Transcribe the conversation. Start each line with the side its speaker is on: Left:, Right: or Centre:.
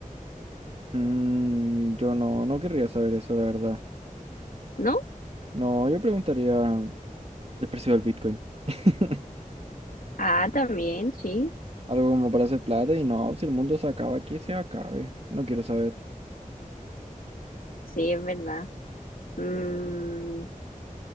Right: Mm, yo no, no querría saber eso, la verdad.
Left: ¿no?
Right: No, yo preguntaría. el precio del Bitcoin. <laughs>
Left: Ah, también, sí.
Right: Algo como para hacer plata y no, si el mundo se acaba, aquí se acabe. No quiero saber.
Left: Sí, es verdad. Mm,